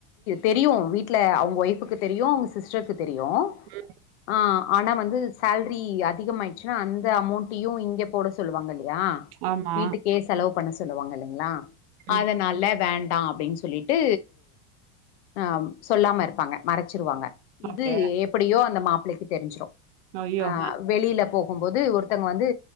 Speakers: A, on the left; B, on the right.
A: தெரியும் வீட்ல அவங் ஒய்ஃபுக்கு தெரியு அவங்க சிஸ்டர்க் தெரியு
B: ம்.
A: ஆ ஆனா வந்து சேல்ரி அதிகம் ஆகிட்ச்சுனா அந்த அமௌண்ட்டையு இங்கே போட சொல்லுவாங்கல்லே யா
B: ஆமா.
A: வீட்டுக்கே செலவு பண்ண சொல்லுவாங்க இல்லைங்களா
B: ம்.
A: அதனால்ல வேண் டா அப்டின் சொல்லிட்டு ஆம் சொல்லாம இருப் பாங்க மறைச்சிருவாங்க இது
B: ஓகே.
A: எப்டியோ நம்ம அப் புள்ளைக்கு தெரிஞ்சிரு
B: ஐயோ!
A: ஆஹ்
B: அ.
A: வெளில போகும்போது ஒருத்தங்க வந்து